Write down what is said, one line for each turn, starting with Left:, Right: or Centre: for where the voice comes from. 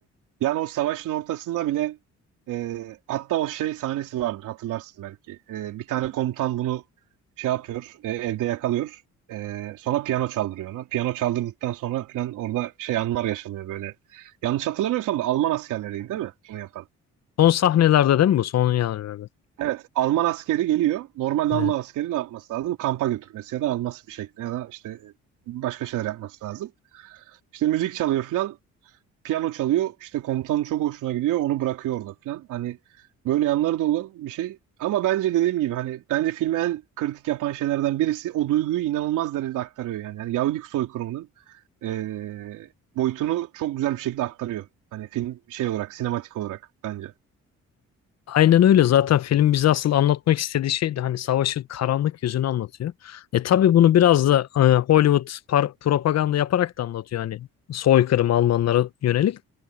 Right: yani o savaşın ortasında bile e, hatta o şey sahnesi vardır hatırlarsın belki. E, bir tane komutan bunu şey yapıyor e, evde yakalıyor. E, sonra piyano çaldırıyor ona. Piyano çaldırdıktan sonra falan orada şey anlar yaşanıyor böyle. Yanlış hatırlamıyorsam da Alman askerleriydi değil mi bunu yapan?
Left: Son sahnelerde değil mi bu? Son yerlerde.
Right: Evet, Alman askeri geliyor. Normalde
Left: Aynen.
Right: Alman askeri ne yapması lazım? Kampa götürmesi ya da alması bir şekilde ya da işte başka şeyler yapması lazım. İşte müzik çalıyor falan, piyano çalıyor. İşte komutanın çok hoşuna gidiyor, onu bırakıyor orada falan. Hani böyle yanları da olan bir şey. Ama bence dediğim gibi hani bence filmi en kritik yapan şeylerden birisi o duyguyu inanılmaz derecede aktarıyor yani. Yani Yahudilik soykırımının eee, boyutunu çok güzel bir şekilde aktarıyor. Hani film şey olarak, sinematik olarak bence.
Left: Aynen öyle. Zaten film bize asıl anlatmak istediği şey de hani savaşın karanlık yüzünü anlatıyor. E tabii bunu biraz da e, Hollywood par- propaganda yaparak da anlatıyor hani soykırım Almanlara yönelik.